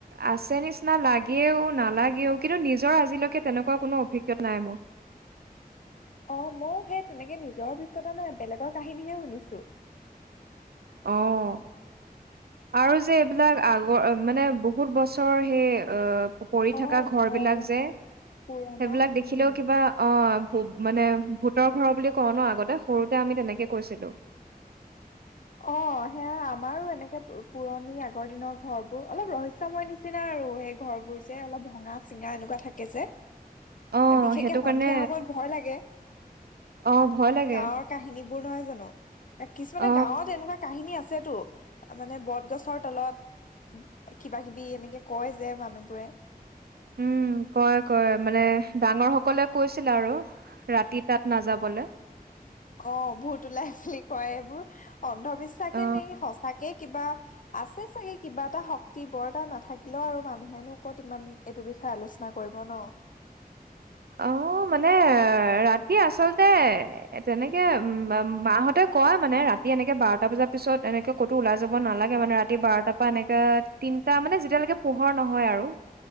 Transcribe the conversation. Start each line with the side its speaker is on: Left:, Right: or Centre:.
Right: আছে নিচিনা লাগেও নালাগেও। কিন্তু নিজৰ আজিলৈকে তেনেকুৱা কোনো অভিজ্ঞা নাই মোৰ।
Left: <inaudible> অ ময়ো সেই তেনেকে নিজৰ অভিজ্ঞতা নে বেলেগৰ কাহিনীহে শুনিছো।
Right: অহ। আৰু যে এইবিলাক আগৰ মানে বহুত বছৰ সেই অ পৰি
Left: অ
Right: থকা ঘৰ বিলাক
Left: বনোৱা
Right: যে সেইবিলাক
Left: পুৰণা
Right: দেখিলেও
Left: উম
Right: কিবা অ ভুত মানে ভূতৰ ঘৰৰ বুলি কওঁ ন আগতে সৰুতে আমি তেনেকে কৈছিলোঁ।
Left: অ সেয়া আমাৰো এনেকে পুৰণি আগৰ দিনৰ ঘৰ বোৰ অলপ ৰহস্যয়ময় নিচিনা আৰু সেই ঘৰ বোৰ যে অলপ ভঙা চিঙা এনেকুৱা থাকে যে।
Right: অ
Left: বিশেষকে
Right: সেইটো
Left: সন্ধিয়া
Right: কাৰণে
Left: সময়ত ভয় লাগে
Right: অ ভয় লাগে
Left: গাঁৱৰ কাহিনী। বোৰ নহয় জানো কিছুমানে
Right: অ
Left: গাঁৱত এনেকুৱা কাহিনী আছ আছেতো মানে বটগছৰ তলত কিবা কিবি এনেকে কয় যে মানুহবোৰে।
Right: উম কয় কয় মানে ডাঙৰ সকলে কৈছিলে আৰু। ৰাতি তাত নাযাবলৈ।
Left: অ ভূত ওলাই বুলি কয় এইবোৰ অন্ধবিশ্বাসে
Right: অ
Left: নে সঁচাকে কিবা আছে চাগে কিবা এটা শক্তি বৰ এটা নাথাকিলেও আৰু মানুহেনো ক'ত ইমান এইটো বিষয় বিষয় আলোচনা কৰিব ন?
Right: অ। অ মানে ৰাতি আচলতে তেনেকে উম উম মাহতে কয় মানে ৰা ৰাতি এনেকে বাৰটা বজাৰ পিছত এনেকে ক'তো ওলাই যাব নালাগে মানে ৰাতি বাৰটাৰ পৰা এনেকে তিনিটা মানে যেতিয়া এতিয়ালৈকে পোহৰ নহয় আৰু‌।